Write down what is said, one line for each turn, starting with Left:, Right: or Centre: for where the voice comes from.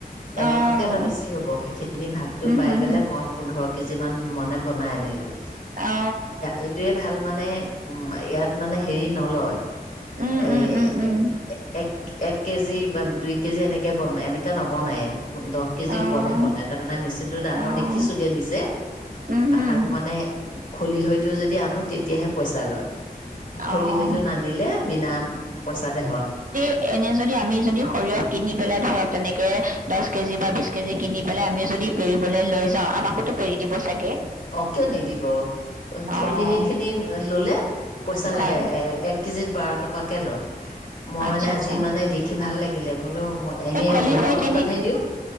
Left: এমোনকে
Right: অ',
Left: অলপ বেছি হ'ব সেইখিনি ভাগটো
Right: উম
Left: পাই
Right: হম
Left: পেলাই
Right: হম,
Left: মই পোন্ধৰ। কেজিমান। মান বনাই আনিলো
Right: অ',
Left: এইটোয়ে ভাল মানে। অহ ইয়াত মানে হেৰি নলয়
Right: উম
Left: এই
Right: উম উম উম,
Left: এক। এক এক কেজি দুই কেজি এনেকৈ বন এনেকৈ নবনায়। দহ কেজি
Right: অ',
Left: ওপৰতহে বনাই তাৰ মানে মেচিনটো ডাঙৰ
Right: অ',
Left: দেখিছোগে নিজে
Right: উম হম,
Left: আৰু মানে খলি হয়তো যদি আনো তেতিয়াহে পইচা। জালয় খুলি
Right: অ',
Left: হয়তো নানিলে বিনা পইচাতে হয়।
Right: অ', এনে যদি, আমি যদি সৰিয়হ কিনি পেলাই, ধৰক, তেনেকে দহ কেজি বা বিছ কেজি কিনি পেলাই, আমিও যদি পেৰিবলৈ লৈ যাওঁ, আমাকোতো পেৰি দিব চাগে
Left: অ', কিয় নিদিব? খেউলি
Right: অ',
Left: সেইখিনি ল'লে পইচা
Right: হয়,
Left: লাগে। এক কেজিত বাৰ টকাকে লয়। মই,
Right: আচ্ছা
Left: মানে,
Right: আচ্ছা,
Left: আজি, মানে, দেখি দিলে বোলো, এনে
Right: সেই খলিহৈ
Left: লোকৰ
Right: খিনি
Left: হাততহে দিওঁ।